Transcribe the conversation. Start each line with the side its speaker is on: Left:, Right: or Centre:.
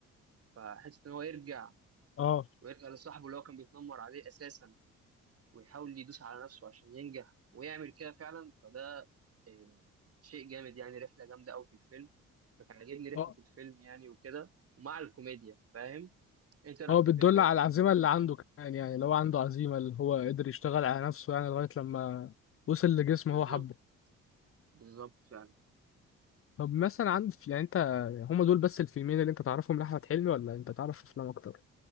Right: فحته ان هو يرجع
Left: اه
Right: ويرجع لصاحبه اللي هو كان بيتنمر عليه اساسا ويحاول يدوس على نفسه عشان ينجح ويعمل كده فعلا فده آه، شيء جامد يعني رحله جامده قوي في الفيلم فكان عاجبني رحله
Left: اه
Right: الفيلم يعني وكده ومع الكوميديا فاهم انت إيه رايك
Left: هو
Right: في الفيلم
Left: بتدل
Right: ده
Left: على
Right: بقى
Left: العزيمه اللي عنده كمان يعني لو عنده عزيمه اللي هو قدر يشتغل على نفسه يعني لغايه لما وصل لجسم
Right: بالظبط
Left: هو حبه
Right: بالظبط فعلا
Left: طب مثلا عندك يعني انت هما دول بس الفيلمين اللي انت تعرفهم لاحمد حلمي ولا انت تعرف افلام اكتر